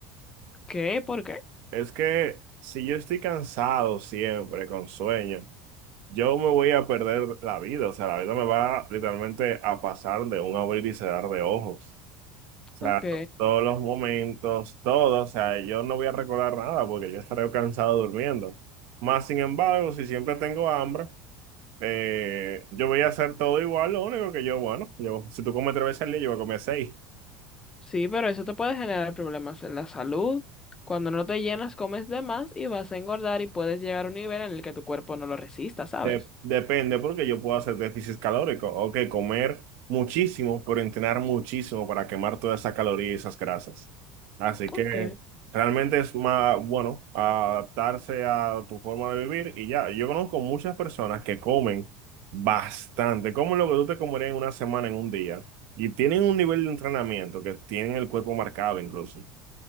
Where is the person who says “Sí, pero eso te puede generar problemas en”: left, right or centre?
Left